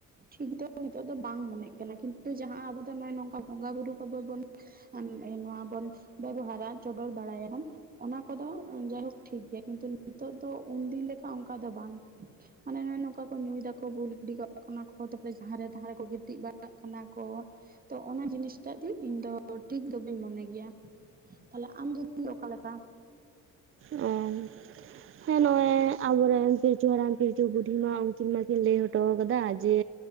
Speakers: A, on the right; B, on the right.
A: ᱴᱷᱤᱠ ᱫᱚ ᱱᱤᱛᱚᱜ ᱫᱚ ᱵᱟᱝ ᱢᱚᱱᱮᱜ ᱠᱟᱱᱟ ᱠᱤᱱᱛᱩ ᱡᱟᱦᱟᱸ ᱟᱵᱚ ᱫᱚ ᱱᱚᱭ ᱱᱚᱝᱠᱟ ᱵᱚᱸᱜᱟ ᱵᱩᱨᱩ ᱠᱚ ᱵᱟ ᱵᱚᱱ ᱟᱢ ᱮᱸ ᱱᱚᱣᱟ ᱵᱚᱱ ᱵᱮᱵᱚᱦᱟᱨᱟ ᱪᱚᱰᱚᱨ ᱵᱟᱲᱟᱭᱟᱢ ᱠᱚᱫᱚ ᱡᱟᱭᱦᱳᱠ ᱴᱷᱤᱠ ᱜᱮᱭᱟ, ᱠᱤᱱᱛᱩ ᱱᱤᱛᱚᱜ ᱫᱚ ᱩᱱᱫᱤᱱ ᱞᱮᱠᱟ ᱚᱱᱠᱟ ᱫᱚ ᱵᱟᱝ ᱾ ᱢᱟᱱᱮ ᱱᱚᱜᱼᱚᱭ ᱱᱚᱝᱠᱟ ᱠᱚ ᱧᱩᱭ ᱫᱟᱠᱚ ᱵᱩᱞ ᱜᱤᱰᱤ ᱠᱚᱜ ᱠᱟᱱᱟ ᱠᱚ ᱛᱟᱨᱯᱚᱨᱮ ᱡᱟᱦᱟᱸᱨᱮ ᱛ ᱨᱮᱠᱚ ᱜᱤᱛᱤᱡ ᱵᱟᱲᱟᱜ ᱠᱟᱱᱟ ᱠᱚ ᱾ ᱛᱚ ᱚᱱᱟ ᱡᱤᱱᱤᱥᱴᱟᱜ ᱫᱤ ᱤᱧ ᱫᱚ ᱴᱷᱤᱠ ᱫᱚ ᱵᱟᱹᱧ ᱢᱚᱱᱮ ᱜᱮᱭᱟ ᱾ ᱛᱟᱦᱞᱮ ᱟᱢ ᱫᱚ ᱫᱤ ᱚᱠᱟ ᱞᱮᱠᱟ?
B: ᱮᱸᱝ ᱦᱮᱸ ᱱᱚᱜ-ᱚᱭ ᱟᱵᱚ ᱨᱮᱱ ᱯᱤᱞᱪᱩ ᱦᱟᱲᱟᱢ ᱯᱤᱞᱪᱩ ᱵᱩᱰᱷᱤ ᱢᱟ ᱩᱱᱠᱤᱱ ᱢᱟᱠᱤᱱ ᱞᱟᱹᱭ ᱦᱚᱴᱚ ᱟᱠᱟᱫᱟ ᱡᱮ